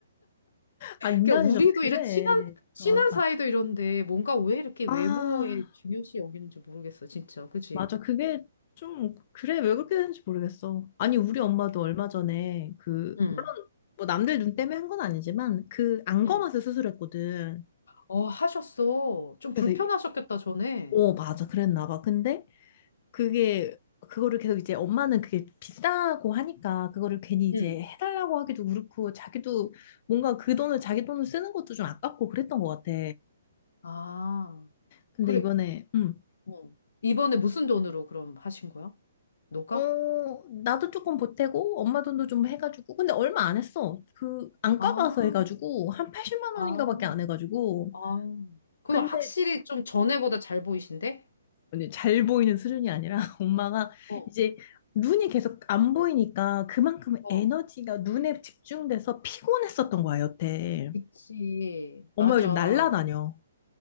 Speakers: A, on the left; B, on the left.
A: 아, 인간이
B: 그러니까
A: 좀
B: 우리도
A: 그래.
B: 이런 친한 친한
A: 맞아.
B: 사이도 이런데 뭔가 왜 이렇게
A: 아,
B: 외모에 중요시 여기는지 모르겠어, 진짜. 그치?
A: 맞아. 그게 좀, 그래, 왜 그렇게 되는지 모르겠어. 아니, 우리 엄마도 얼마 전에 그,
B: 응.
A: 물론 뭐 남들 눈 때문에 한 건 아니지만 그 안검하수
B: 응.
A: 수술했거든.
B: 어, 하셨어. 좀
A: 그래서
B: 불편하셨겠다,
A: 이-
B: 전에.
A: 오, 맞아. 그랬나 봐. 근데 그게, 그거를 계속 이제 엄마는 그게 비싸고 하니까 그거를 괜히 이제
B: 응.
A: 해달라고 하기도 그렇고 자기도 뭔가 그 돈을 자기 돈을 쓰는 것도 좀 아깝고 그랬던 것 같아.
B: 아,
A: 근데
B: 그래.
A: 이번에, 음,
B: 어. 이번에 무슨 돈으로 그럼 하신 거야? 너가?
A: 어, 나도 조금 보태고 엄마 돈도 좀 해가지고 근데 얼마 안 했어 그 안과
B: 아,
A: 가서 해가지고 한 80만
B: 아,
A: 원인가 밖에 안 해가지고
B: 아. 그럼
A: 근데
B: 확실히 좀 전에보다 잘 보이신데?
A: 아니, 잘 보이는 수준이 아니라 <laughs> 엄마가
B: 어,
A: 이제 눈이 계속 안 보이니까 그만큼
B: 어.
A: 에너지가 눈에 집중돼서 피곤했었던 거야 여태
B: 그치.
A: 엄마
B: 맞아.
A: 요즘 날라다녀